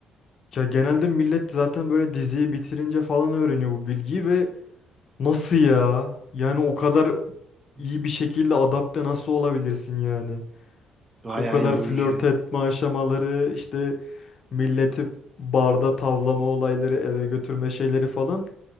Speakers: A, on the left; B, on the right.
A: Ya genelde millet zaten böyle diziyi bitirince falan öğreniyor bu bilgiyi ve nasıl ya? Yani
B: Hı
A: o kadar
B: hı.
A: iyi bir şekilde adapte nasıl olabilirsin yani?
B: Bayağı
A: O kadar
B: iyi
A: flört
B: oyuncu ya.
A: etme aşamaları, işte milleti barda tavlama olayları, eve götürme şeyleri falan